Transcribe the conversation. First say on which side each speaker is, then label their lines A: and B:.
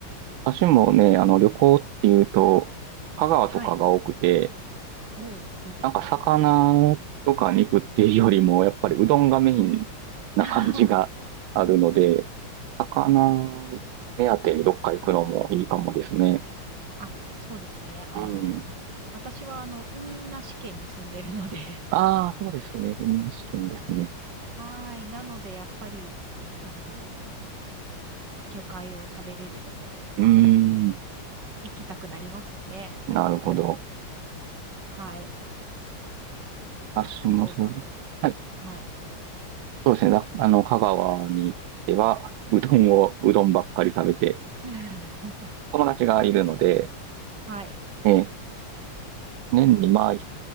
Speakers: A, on the right; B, on the right.
A: 私もね、あの、旅行っていうと、香川とかが多くて、
B: はい。おーいいですね。
A: なんか魚とか肉っていうよりも、やっぱりうどんがメインな感じがあるので、
B: <laughs>
A: 魚目当てにどっか行くのもいいかもですね。
B: あ、そうですね。あの、
A: うん。
B: 私はあの、海なし県に住んでるので
A: ああ、そうですね。海なし県ですね。
B: はい。なので、やっぱり、あの、魚介を食べれるところは
A: うーん。
B: 行きたくなりますね。<laughs>
A: なるほど。
B: よく。はい。
A: 私もそう。
B: か、佐藤さんは。
A: はい。
B: はい。
A: そうですね。なあの、香川に行っては、うどんを、うどんばっかり食べて、
B: <laughs>
A: 友達がいるので、
B: はい。
A: えー年にまあ1